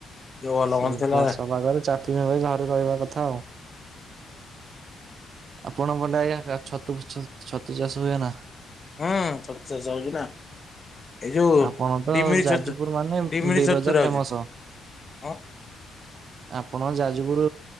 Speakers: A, on the left; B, on the right.
A: ଯୋଉ ଭଲ
B: ସେଇ
A: ମନ୍ଦ ଥିଲା
B: ବର୍ଷା ପାଗରେ ଚାହା ପିଇବା ଭାଇ ଘରେ ରହିବା କଥା ଆଉ। ଆପଣ କଟେ ଆଜ୍ଞା ଛତୁ ଛତୁ ଚାଷ ହୁଏ ନା।
A: ହୁଁ ଛତୁ ଚାଷ ହଉଛି ନା। ଏଇ ଯୋଉ
B: ଆପଣ ତ
A: ଡିମିଳି
B: ଯାଜପୁର
A: ଛତୁ
B: ମାନେ
A: ଡିମିିଳି
B: ବିରଜା
A: ଛତୁ ରେ
B: ଫେମସ।
A: ଆଉଚି। ଅ।
B: ଆପଣ ଯାଜପୁର